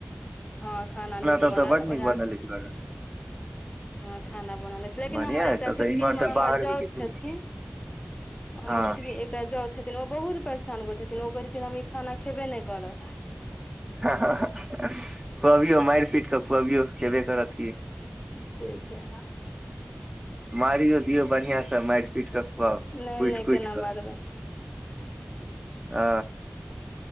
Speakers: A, on the left; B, on the right.
A: हँ खाना नीक
B: तब
A: बनल
B: तऽ बड नीक
A: उहे
B: बनल अछि घर मे
A: हँ खाना बनौनेे छै लेकिन
B: बढ़िया
A: हमर
B: अछि
A: एकटा
B: तब तऽ
A: छोटकिनमा
B: इम्हर तऽ
A: हमर
B: बाहर
A: जाउत
B: मे किछु
A: छथि
B: नहि
A: हमर
B: हँ
A: छोटकी एक जाउथ छथिन ओ बहुत परेशान करै छथिन ओ कहै छथिन हम ई खाना खेबे नहि करब
B: हँ हँ खुआबियो मार पीट क खुअबियो खेबे करत की
A: से छै
B: मारियो दियौ बढ़िया सँ मार पीट क खुआउ कुट
A: नहि नहि
B: कुट
A: केना
B: क
A: मारबै
B: अ